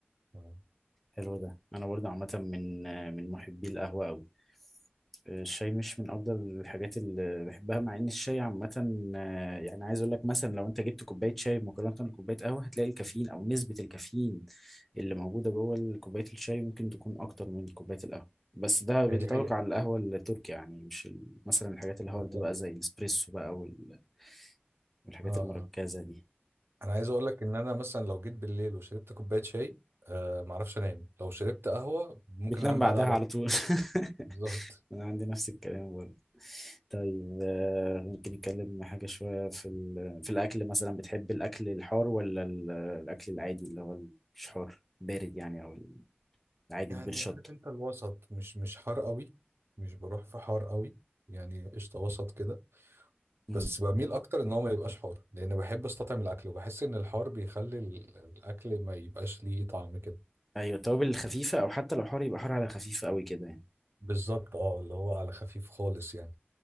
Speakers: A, on the right; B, in the centre.
A: آه.
B: حلو ده انا برضه عامه من من محبي القهوه قوي الشاي مش من افضل الحاجات اللي بحبها مع ان الشاي عامه آه، يعني عايز اقول لك مثلا لو انت جبت كوبايه شاي مقارنه بكوبايه قهوه هتلاقي الكافيين او نسبه الكافيين اللي موجوده جوه كوبايه الشاي ممكن تكون اكتر من كوبايه القهوه بس ده بينطبق
A: هي دي حقيقة
B: على القهوه التركي يعني مش ال- مثلا الحاجات الهارد
A: اه
B: بقى زي الاسبريسو بقى وال- والحاجات
A: اه
B: المركزه دي
A: انا عايز اقول لك ان انا مثلا لو جيت بالليل وشربت كوبايه شاي آه ما اعرفش انام لو شربت قهوه ممكن
B: بتنام
A: انام
B: بعدها
A: بعدها على
B: على
A: طول
B: طول <laughs>
A: بالظبط
B: انا عندي نفس الكلام برضه طيب آه، ممكن نتكلم حاجة شوية في ال... في الأكل مثلا بتحب الأكل الحار ولا ال- الأكل العادي اللي هو مش حار بارد يعني أو العادي
A: يعني
B: من غير شطة
A: عارف انت الوسط مش مش حار قوي مش بروح في حار قوي يعني قشطه وسط كده
B: مم.
A: بس بميل اكتر ان هو ما يبقاش حار لان بحب استطعم الاكل وبحس ان الحار بيخلي ال- الاكل ما يبقاش ليه طعم كده
B: أيوة التوابل الخفيفة أو حتى لو حار يبقى حار على خفيف أوي كده يعني
A: بالظبط اه اللي هو على خفيف خالص يعني